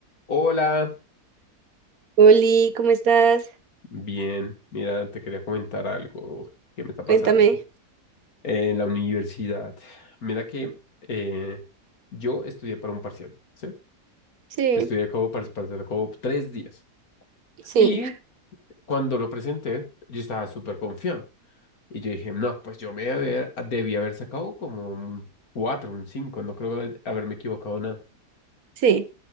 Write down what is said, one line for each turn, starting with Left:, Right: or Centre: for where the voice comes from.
Left: Hola,
Right: Oli, ¿cómo estás?
Left: bien, mira, te quería comentar algo que me está pasando
Right: Cuéntame.
Left: en la universidad. Mira que eh, yo estudié para un parcial, ¿sí?
Right: Sí,
Left: Estudié como para el parcial como tres días.
Right: sí,
Left: Y cuando lo presenté, yo estaba súper confiado. Y yo dije, no, pues yo me debí haber, debí haber sacado como un cuatro, un cinco, no creo haberme equivocado nada.
Right: sí.